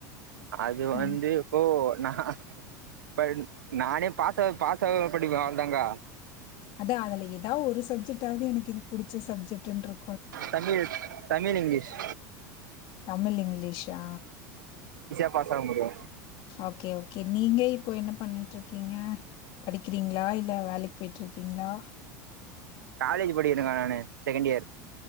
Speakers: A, on the right (about 85°); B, on the left (about 55°).
A: அது
B: ம்.
A: வந்து இப்போ நா இப்ப நானே பாஸ பாஸாவ படிப்ப அவ்ளதான்கா
B: அதா அதுல எதா ஒரு சப்ஜெக்டாவது எனக்கு இது புடிச்ச சப்ஜெட்டுனுரு
A: தமிழ் தமிழ் இங்கிலிஷ்
B: தமிழ் இங்கிலீஷா
A: ப்பா சாங்க முடிய
B: ஓகே ஓகே நீங்க இப்போ என்ன பண்ணிட்டு இருக்கீங்க படிக்கிறீங்களா இல்ல வேலைக்கு போயிட்டு இருக்கீங்களா
A: காலேஜ் படிக்கிறங்க நானு செகண்ட் இயர்